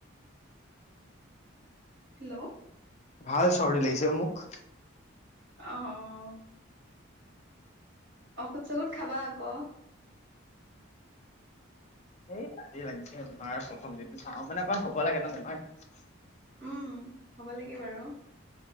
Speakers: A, on the right; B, on the left.
A: হেল্ল',
B: ভাল চৰ্দি লাগিছে মোক।
A: আ- অহ ঔষধ চৌখত খাবা আকৌ।
B: এইত আজি লাগিছে তোমাৰ প্ৰথম দিনটো চাওঁ মানে অকমান হ'ব লাগে ন' বেমাৰ।
A: উম, হব লাগে বাৰু।